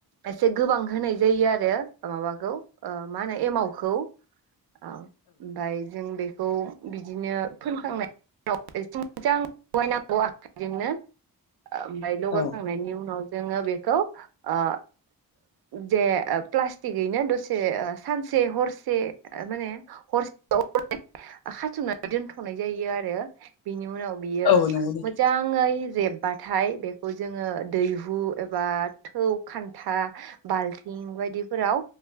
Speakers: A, on the right; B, on the left.
A: एसे गोबां होनाय जायो आरो माबाखौ आ मा होनो एमावखौ ओमफाय जों बेखौ बिदिनो फोनखांनाय एसे मोजां लगायनांगौ आखाइजोंनो ओमफ्राय लगायखांनायनि
B: औ
A: उनाव जोङो बेखौ ओ जे प्लास्टिकैनो दसे सानसे हरसे माने हरसे बा हरनै खाथुमनानै दोनथनाय जायो आरो बिनि उनाव बियो
B: औ नंगौ नोंथां
A: मोजाङै जेब बाथाय बेखौ जोङो दैहु एबा थौ खान्था बाल्थिं बायदिफोराव